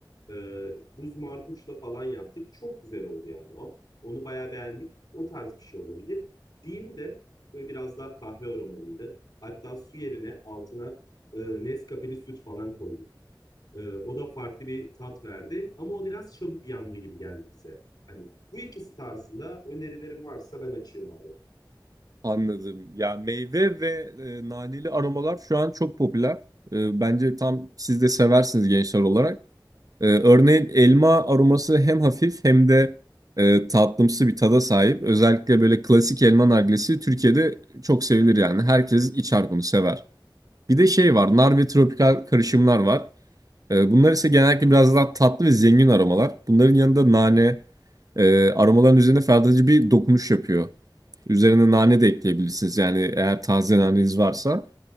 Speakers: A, on the left; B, on the right.
A: E, buz marpuçla falan yaptık. Çok güzel oldu yani o. Onu bayağı beğendik. O tarz bir şey olabilir. Diğeri de böyle biraz daha kahve aromalıydı. Hatta su yerine altına e, Nescafe'li süt falan koyduk. Ee, o da farklı bir tat verdi. Ama o biraz çabuk yandı gibi geldi bize. Hani bu ikisi tarzında önerilerim varsa ben açayım abi.
B: Anladım. Ya meyve ve e, naneli aromalar şu an çok popüler. E, bence tam siz de seversiniz gençler olarak. Ee, örneğin elma aroması hem hafif hem de e, tatlımsı bir tada sahip. Özellikle böyle klasik elma nargilesi Türkiye'de çok sevilir yani. Herkes içer bunu sever. Bir de şey var, nar ve tropikal karışımlar var. Ee, bunlar ise genellikle biraz daha tatlı ve zengin aromalar. Bunların yanında nane, e, aromaların üzerine ferahlatıcı bir dokunuş yapıyor. Üzerine nane de ekleyebilirsiniz yani eğer taze naneniz varsa.